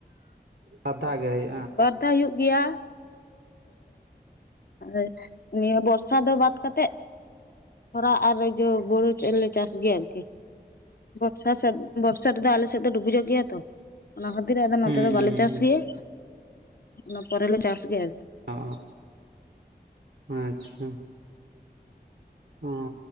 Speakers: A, on the right (about 80°); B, on the left (about 60°).
A: ᱵᱟᱨᱫᱷᱟᱣ ᱜᱮ ᱦᱮᱸ
B: ᱵᱟᱨ ᱫᱷᱟᱣ ᱦᱩᱭᱩᱜ ᱜᱮᱭᱟ ᱦᱮ ᱱᱤᱭᱟᱹ ᱵᱚᱨᱥᱟ ᱫᱚ ᱵᱟᱫ ᱠᱟᱛᱮᱜ ᱠᱷᱚᱨᱟ ᱟᱨ ᱡᱚ ᱵᱩᱨᱩ ᱴᱨᱮᱱ ᱜᱮᱭᱟ ᱪᱟᱥ ᱜᱮᱭᱟ ᱟᱨᱠᱤ ᱵᱚᱨᱥᱟ ᱥᱮᱫ ᱵᱚᱨᱥᱟ ᱨᱮᱫᱚ ᱟᱞᱮ ᱥᱮᱫ ᱫᱚ ᱰᱩᱵᱩᱡᱚᱜ ᱜᱮᱭᱟ ᱛᱚ ᱚᱱᱟ ᱠᱷᱟᱹᱛᱤᱨ ᱟᱫᱚ ᱱᱚᱛᱮ
A: ᱦᱩᱸ
B: ᱫᱚ
A: ᱦᱩᱸ
B: ᱵᱟᱞᱮ ᱪᱟᱥ ᱜᱮᱭᱟ ᱚᱱᱟ ᱯᱚᱨᱮᱞᱮ ᱪᱟᱥ ᱜᱮᱭᱟ ᱟᱨᱠᱤ
A: ᱚ ᱟᱪᱪᱷᱟ ᱚ